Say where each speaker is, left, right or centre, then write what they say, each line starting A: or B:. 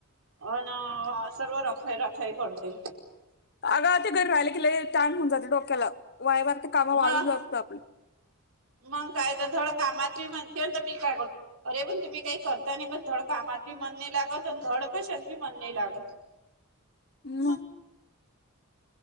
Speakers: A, on the right; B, on the left.
A: अ सर्व रख रखई करते
B: अगा ते घरी राहिले कि टाईम होऊन जातो डोक्याला वायावार ते काम
A: मग
B: वाळून असत आपण
A: मग काय तर धड कामाती म्हणतेय मी काय बोल अरे पण तुम्ही काही करता नाही पण धडकामात बी म्हणणे लागत आणि धडकशी म्हणणे लागत
B: मम्म
A: मग